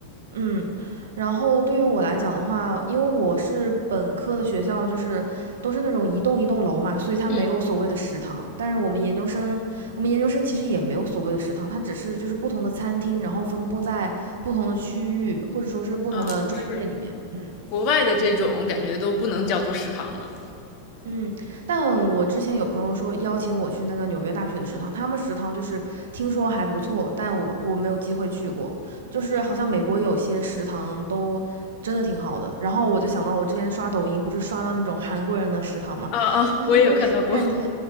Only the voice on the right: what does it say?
嗯，然后对于我来讲的话，因为我是本科的学校，就是都是那种一栋一栋楼嘛，所以它没有所谓的食堂。
但是我们研究生，我们研究生其实也没有所谓的食堂，它只是就是不同的餐厅，然后分布在不同的区域，或者说是不同的专业里面。
嗯。
嗯，但我之前有朋友说邀请我去那个纽约大学的食堂，他们食堂就是听说还不错，但我我没有机会去过，就是好像美国有些食堂都真的挺好的。然后我就想到我之前刷抖音，不是刷到那种韩国人的食堂嘛，
然后就
<laughs> 感觉